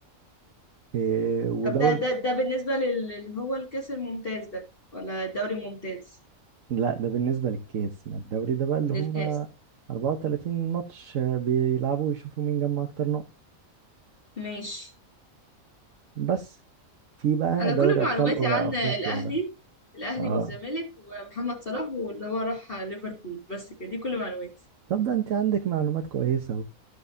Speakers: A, on the right; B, on the left.
A: آه ودور
B: طب ده ده ده بالنسبة لل- اللي هو الكاس الممتاز ده ولا الدوري الممتاز
A: لا ده بالنسبة للكاس ما الدوري ده بقى اللي
B: للكاس
A: هم 34 ماتش آه، بيلعبوا ويشوفوا مين جمع أكتر نقط
B: ماشي
A: بس في بقى
B: انا
A: دوري
B: كل
A: ابطال
B: معلوماتي
A: أو-
B: عن
A: افريقيا
B: الاهلي
A: ده
B: الاهلي
A: اه
B: والزمالك ومحمد صلاح واللي هو راح ليفربول بس كده دي كل معلوماتي
A: طب ده انت عندك معلومات كويسه اهو